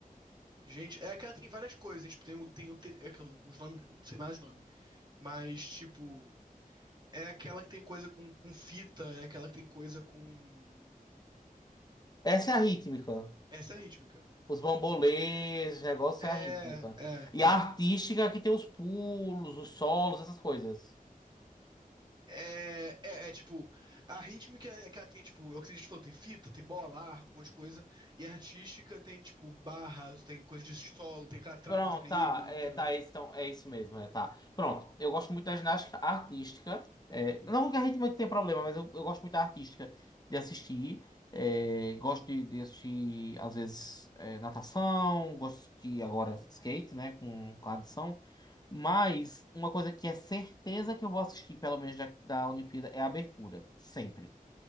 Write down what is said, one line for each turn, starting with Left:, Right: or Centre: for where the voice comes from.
Right: Gente, é aquela que tem várias coisas. Tipo, tem, o- tem o te- é aquele- os nomes, não sei mais os nomes. Mas, tipo, é aquela que tem coisa com, com fita, é aquela que tem coisa com.
Left: Essa é a rítmica.
Right: Essa é a rítmica.
Left: Os bambolês, os negócios
Right: É,
Left: é a rítmica.
Right: é,
Left: E
Right: é.
Left: a artística é que tem os pulos, os solos, essas coisas.
Right: É, é, é, tipo, a rítmica é aquela que tem, tipo, é o que a gente falou, tem fita, tem bola, arco, um monte de coisa. E a artística tem, tipo, barras, tem coisa de solo, tem aquela trava
Left: Pronto,
Right: de equilíbrio,
Left: tá, é,
Right: entendeu?
Left: tá, é isso, então, é isso mesmo, é, tá. Pronto, eu gosto muito da ginástica artística, é, não que a gente não tenha problema, mas eu, eu gosto muito da artística, de assistir, é, gosto de, de assistir, às vezes, é, natação, gosto de, agora, skate, né, com, com a adição, mas uma coisa que é certeza que eu vou assistir, pelo menos da, da Olimpíada, é a abertura, sempre.